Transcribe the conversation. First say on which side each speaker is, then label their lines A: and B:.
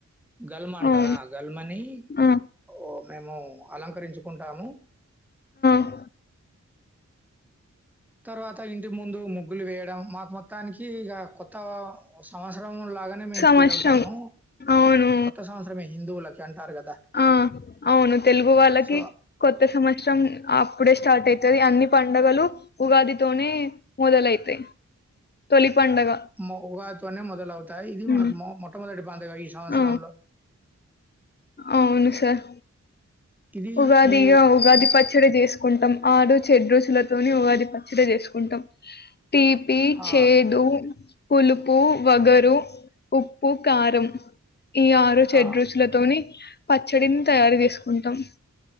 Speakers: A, in the centre; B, on the left.
A: గల్మ అంటారా
B: అవును
A: గల్మని
B: ఆ
A: ఓ మేము అలంకరించుకుంటాము
B: ఆ
A: తర్వాత ఇంటి ముందు ముగ్గులు వేయడం మాకు మొత్తానికి ఇక కొత్త సంవత్సరం బాగానే మేము
B: సంవత్సరం.
A: ఫీల్ అవుతాము
B: అవును.
A: కొత్త సంవత్సరమే హిందువులకి అంటారు కదా
B: ఆ అవును తెలుగు వాళ్ళకి
A: సో
B: కొత్త సంవత్సరం అప్పుడే స్టార్ట్ అయ్తాది అన్ని పండుగలు ఉగాదితోనే మొదలైతాయి తొలి పండగ
A: మాక్ ఉగాదితోనే మొదలవుతాయి ఇది
B: హ్మ్.
A: మనకు మొ మొట్టమొదటి పండగ ఈ సంవత్సరంలో
B: ఆ! అవును సార్
A: ఇది
B: ఉగాదిక
A: ఈ
B: ఉగాది పచ్చడి చేస్ కుంటాం ఆడ్ చెడ్ రుచులతోని ఉగాది పచ్చిడి చేసుకుంటాం తీపి
A: ఆ!
B: చేదు పులుపు వగరు ఉప్పు కారం ఈ ఆరు చెడ్
A: ఆ!
B: రుచ్చులతోని పచ్చడిని తయారు చేసుకుంటాం